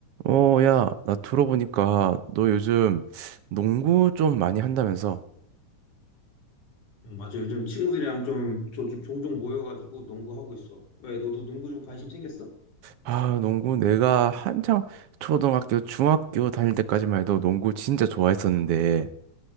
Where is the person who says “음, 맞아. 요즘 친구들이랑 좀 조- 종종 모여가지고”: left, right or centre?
Left